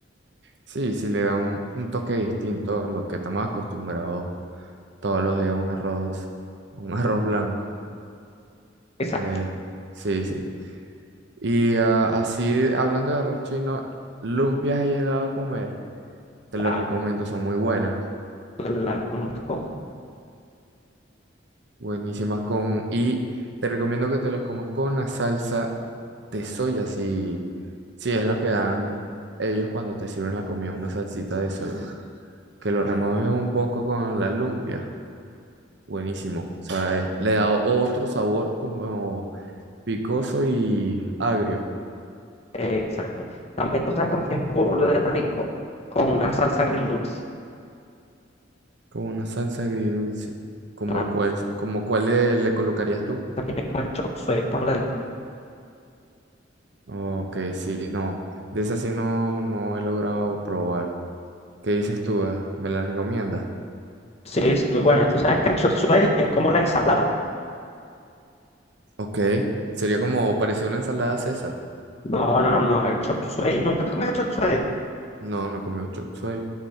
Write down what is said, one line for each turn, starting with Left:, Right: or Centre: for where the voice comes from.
Right: Sí, sí le da un, un toque distinto a lo que estamos acostumbrados todos los días, un arroz, un <laughs> arroz blanco.
Left: Exacto.
Right: Eh, sí, sí. Y ah, así, hablando de arroz chino, lumpias he llegado a comer. Te los
Left: La,
Right: recomiendo, son muy buenas,
Left: la, la- con-
Right: buenísimas con... Y te recomiendo que te los comas con la salsa de soya, si, si es lo que dan ellos cuando te sirven la comida, una salsita de soya. Que lo remojes un poco con la lumpia, buenísimo, ¿sabes? Le da otro sabor como picoso y agrio,
Left: Eh, exacto. También tú sabes con qué es burde rico, con una salsa agridulce.
Right: como una salsa agridulce, como
Left: La
Right: cuál, como cuál le le colocarías tú.
Left: salsa tiene como el chop suey por dentro.
Right: Ok, sí, no. De esa sí no, no he logrado probar. ¿Qué dices tú? eh? ¿Me la recomiendas?
Left: Sí, es muy buena. Tú sabes que el chop suey es como la ensalada.
Right: Ok. Sería como parecía una ensalada César.
Left: No, no, no, no, el chop suey. ¿Nunca has comido chop suey?
Right: No, no he comido chop suey.